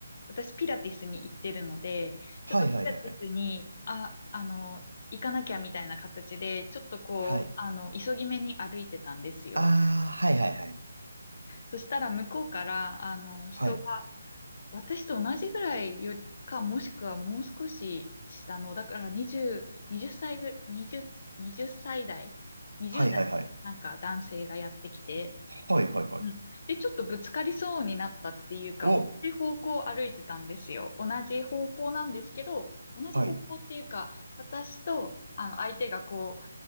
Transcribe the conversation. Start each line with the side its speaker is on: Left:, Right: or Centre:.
Left: 私、ピラティスに行ってるので、ちょっとピラティスに、
Right: はいはいはいはい。
Left: あ、あの、行かなきゃみたいな形で、ちょっとこう、
Right: はい。
Left: あの、急ぎ目に歩いてたんですよ。
Right: あー、はいはいはい。
Left: そしたら、向こうから、あの、人が、
Right: はい。
Left: 私と同じぐらいよりか、もしくはもう少し下の、だから20、20歳ぐ、20、20歳代、20代、
Right: はいはいはい。
Left: なんか男性がやってきて、
Right: はいはいはい。
Left: うん。で、ちょっとぶつかりそうになったっていうか、
Right: お、
Left: 同じ方向を歩いてたんですよ。同じ方向なんですけど、同じ方向っていうか、
Right: はい。
Left: 私と、あの、相手がこう、